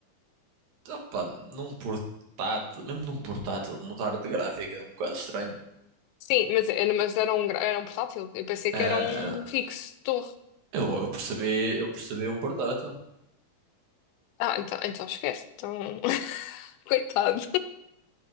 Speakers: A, on the right; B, on the left.
A: Opa, num portátil, mesmo num portátil, mudar de gráfica é um bocado estranho.
B: Sim, mas, era- mas era um, gra- era um portátil. Eu pensei que
A: É, é,
B: era um fixo, torre.
A: eu, eu percebi, eu percebi um portátil.
B: Ah, então, então esquece. Então, <laughs> coitado.